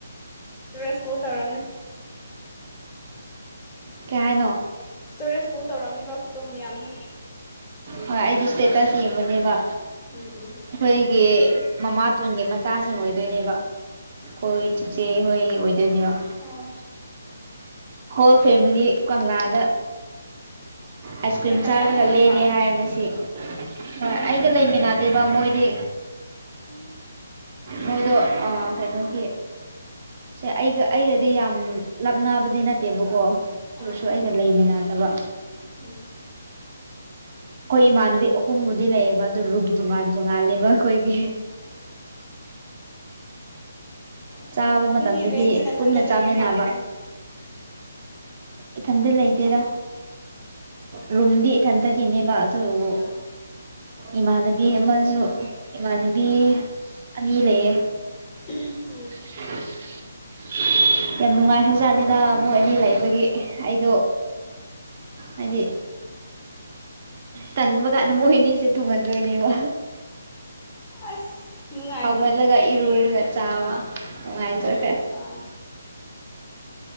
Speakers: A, on the left; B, on the right.
A: ꯁꯨꯔꯁ ꯀꯣꯜ ꯇꯧꯔꯝꯅꯦ
B: ꯀꯩ ꯌꯥꯏꯅꯣ
A: ꯁ꯭ꯇꯣꯔꯦꯖ ꯐꯨꯜ ꯇꯧꯔꯝꯅꯤꯕ ꯐꯣꯇꯣ ꯃꯌꯥꯝꯗꯣ
B: ꯍꯣꯏ ꯑꯩꯗꯤ ꯁ꯭ꯇꯦꯇꯁ ꯌꯦꯝꯕꯅꯦꯕ
A: ꯎꯝ
B: ꯈꯣꯏꯒꯤ ꯃꯃꯥꯇꯣꯟꯒꯤ ꯃꯆꯥꯁꯤꯡ ꯑꯣꯏꯗꯣꯏꯅꯦꯕ ꯍꯣꯏ ꯆꯤꯆꯦ ꯍꯣꯏ ꯑꯣꯏꯗꯣꯏꯅꯦꯕ
A: ꯑꯣ
B: ꯍꯣꯜ
A: ꯑꯥ
B: ꯐꯦꯃꯤꯂꯤ ꯀꯪꯂꯥꯗ ꯑꯥꯏꯁ ꯀ꯭ꯔꯤꯝ
A: ꯅꯊꯟꯗ
B: ꯆꯥꯔꯒ
A: ꯊꯅꯝꯕ
B: ꯂꯦꯜꯂꯦ ꯍꯥꯏ ꯉꯁꯤ ꯍꯣꯏ
A: ꯑꯣ
B: ꯑꯩꯒ ꯂꯩꯃꯤꯟꯅꯗꯦꯕ ꯃꯣꯏꯗꯤ
A: ꯎꯝ
B: ꯃꯣꯢꯗꯣ ꯑꯥ ꯀꯩꯅꯣꯒꯤ ꯁꯦ ꯑꯩꯒ ꯑꯩꯒꯗꯤ ꯌꯥꯝ ꯂꯥꯞ ꯅꯕꯗꯤ ꯅꯠꯇꯦꯕꯀꯣ ꯗꯨ
A: ꯑꯥ
B: ꯑꯣꯔꯁꯨ ꯑꯩꯒ ꯂꯩꯃꯤꯟꯅꯗꯕ
A: ꯎꯝ
B: ꯈꯣꯏ ꯏꯃꯥꯟꯅꯕꯤ ꯑꯍꯨꯝꯕꯨꯗꯤ ꯂꯩꯌꯦꯕ ꯑꯗꯨ ꯔꯨꯝ ꯇꯣꯉꯥꯟ ꯇꯣꯉꯥꯂꯦꯕ ꯈꯣꯏꯒꯤ
A: ꯑꯥ
B: ꯆꯥꯕ
A: ꯑꯗꯨꯗꯤ
B: ꯃꯇꯝꯗꯗꯤ
A: ꯔꯦꯟꯗꯤ ꯅꯊꯟꯗ
B: ꯄꯨꯟꯅ ꯆꯥꯃꯤꯟꯅꯕ
A: ꯂꯩꯕ ꯃꯥꯜꯂꯦꯅꯦ
B: ꯏꯊꯟꯗ ꯂꯩꯇꯦꯗ
A: ꯑꯣ
B: ꯔꯨꯝꯗꯤ ꯏꯊꯟꯇꯒꯤꯅꯦꯕ ꯑꯗꯨꯕꯨ
A: ꯑ
B: ꯏꯃꯥꯟꯅꯕꯤ ꯑꯃꯖꯨ ꯏꯃꯥꯟꯅꯕꯤ ꯑꯅꯤ ꯂꯩꯌꯦ
A: ꯎꯝ
B: <unintelligible> ꯌꯥꯝ ꯅꯨꯡꯉꯥꯏꯈ꯭ꯔ ꯖꯥꯠꯅꯤꯗ ꯃꯣꯏ ꯑꯅꯤ ꯂꯩꯕꯒꯤ ꯑꯩꯗꯣ ꯍꯥꯏꯗꯤ ꯇꯟꯕ ꯀꯥꯟꯗ ꯃꯣꯏꯅꯤꯁꯦ ꯊꯨꯡꯍꯟꯗꯣꯏꯅꯦꯕ
A: ꯑꯁ ꯅꯨꯡꯉꯥꯏ
B: ꯍꯧꯒꯠꯂꯒ ꯏꯔꯨꯔꯒ ꯆꯥꯕ ꯅꯨꯡꯉꯥꯏꯖꯈ꯭ꯔꯦ
A: ꯑꯥ